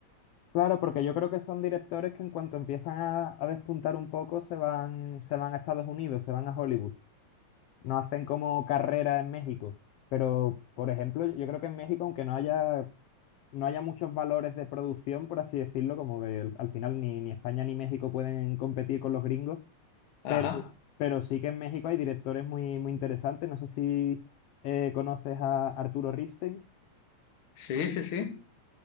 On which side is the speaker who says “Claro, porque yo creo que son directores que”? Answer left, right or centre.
Left